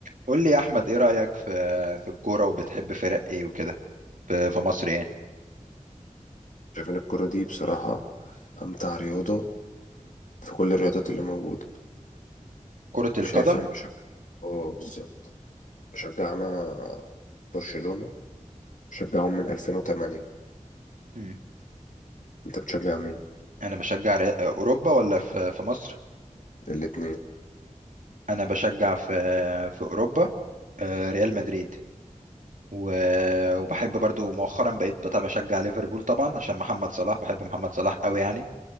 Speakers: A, on the right; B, on the left.
A: قول لي يا احمد ايه رايك في في الكوره وبتحب فرق ايه وكده في في مصر يعني
B: شايف ان الكرة دي بصراحة امتع رياضة في كل الرياضات اللي موجودة
A: كره القدم
B: شايف انا بشجع اه بالظبط بشجع انا برشلونة بشجعهم من 2008
A: مم.
B: انت بتشجع مين
A: انا بشجع ري- اوروبا ولا في في مصر
B: الاتنين
A: انا بشجع في في اوروبا آه، ريال مدريد و- وبحب برضو مؤخرا بقيت بتاع بشجع ليفربول طبعا عشان محمد صلاح بحب محمد صلاح قوي يعني